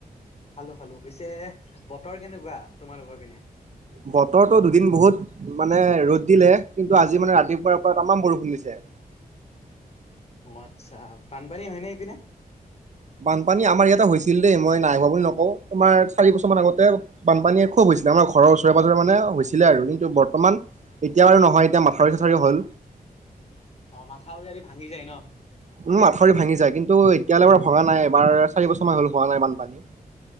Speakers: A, on the left; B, on the right.
A: খালো খালো পিছে বতৰ কেনেকোৱা তোমালোকৰ পিনে।
B: বতৰটো দুদিন বহুত মানে ৰ'দ দিলে কিন্তু আজি মানে ৰাতিপুৱাৰ পৰা তামাম বৰষুণ দিছে। যে
A: অ আচ্ছা বানপানী হয় নে ইপিনে।
B: বানপানী আমাৰ ইয়াতে হৈছিল দেই মই নাই হোৱা বুলি নকওঁ তোমাৰ চাৰি বছৰ মান আগতে বানপানীয়ে। খুব হৈছিলে আমাৰ ঘৰৰ ওচৰে পাজৰে মানে হৈছিলে আৰু কিন্তু বৰ্তমান এতিয়া আৰু নহয় এতিয়া মা <unintelligible> হ'ল
A: অ মাথাউৰি আদি ভাঙি যায় ন।
B: উম মাথাওৰি ভাঙি যায় কিন্তু এতিয়ালে বাৰু ভঙি নাই এবাৰ চাৰি বছৰমান হল হোৱা নাই বানপানী।